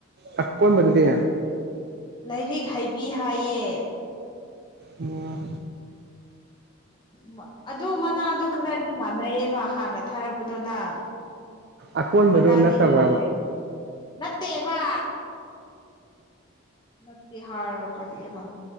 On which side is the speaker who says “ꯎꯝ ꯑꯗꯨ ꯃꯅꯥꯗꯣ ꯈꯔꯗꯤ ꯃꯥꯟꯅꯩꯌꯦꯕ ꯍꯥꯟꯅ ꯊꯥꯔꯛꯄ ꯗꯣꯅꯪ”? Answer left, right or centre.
Left